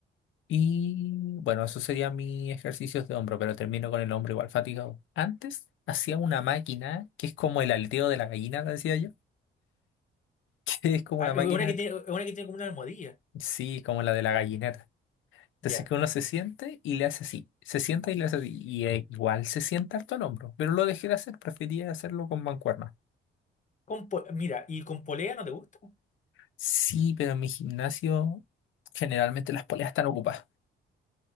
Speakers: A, on the left; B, on the left.
A: Y bueno, eso serían mis ejercicios de hombro, pero termino con el hombro igual fatigado. Antes hacía una máquina que es como el aleteo de la gallina, la decía yo, <laughs> que es como
B: Ah,
A: una
B: es
A: máquina
B: una que tiene, es una que tiene como una almohadilla.
A: Sí, como la de la gallineta. Entonces
B: Ya.
A: que uno se siente y le hace así. Se sienta y le hace así. Y eh, igual se sienta harto el hombro. Pero lo dejé de hacer, prefería hacerlo con mancuerna.
B: Con po- mira, ¿y con polea no te gusta?
A: Sí, pero en mi gimnasio generalmente las poleas están ocupadas.